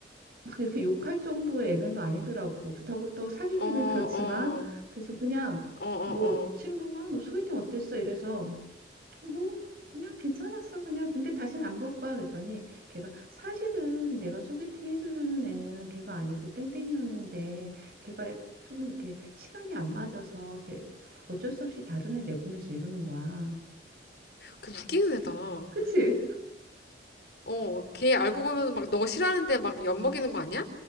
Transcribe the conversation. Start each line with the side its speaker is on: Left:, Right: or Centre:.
Right: 막 이렇게 욕할 정도의 애는 또 아니더라고. 그렇다고 또 사귀기는
Left: 어, 어,
Right: 그렇지만 그래서 그냥
Left: 어, 어,
Right: 뭐
Left: 어.
Right: 친구가 너 소개팅 어땠어? 이래서 뭐 그냥 괜찮았어 그냥 근데 다시는 안 볼 거야 그랬더니 걔가 사실은 내가 소개팅 해주려는 애는 걔가 아니고 땡땡이었는데 걔가 좀 이렇게 시간이 안 맞아서 걔 어쩔 수 없이 다른 애 내보냈어 이러는 거야
Left: 그 웃기는 애다. 어,
Right: 그치?
Left: 어, 걔 알고 보면 막 너 싫어하는데 막 엿먹이는 거 아니야?